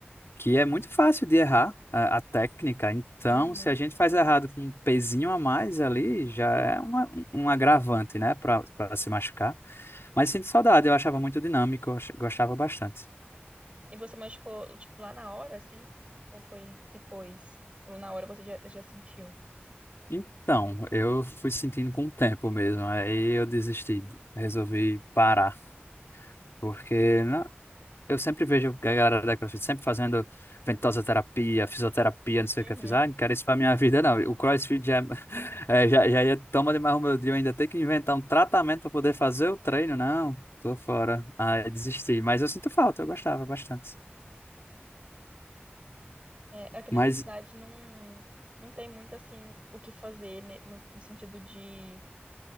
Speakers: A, on the left; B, on the right.
A: que é muito fácil de errar a, a técnica. Então,
B: Uhum.
A: se a gente faz errado com um pezinho a mais ali, já é uma, um agravante, né, para para se machucar. Mas sinto saudade, eu achava muito dinâmico, eu ach- gostava bastante.
B: E você machucou, tipo, lá na hora, assim? Ou foi depois? Ou na hora você já, já sentiu?
A: Então, eu fui sentindo com o tempo mesmo, aí eu desisti, resolvi parar, porque na- eu sempre vejo a galera da CrossFit sempre fazendo ventosa terapia, fisioterapia, não sei
B: Uhum.
A: o que eu fiz, ah, não quero isso pra minha vida não, o CrossFit já, <laughs> é, já, já ia toma demais o meu dia, eu ainda tenho que inventar um tratamento para poder fazer o treino, não, tô fora, aí desisti, mas eu sinto falta, eu gostava bastante,
B: É, aqui
A: mas,
B: na minha cidade não, não tem muito, assim, o que fazer, né, no, no sentido de,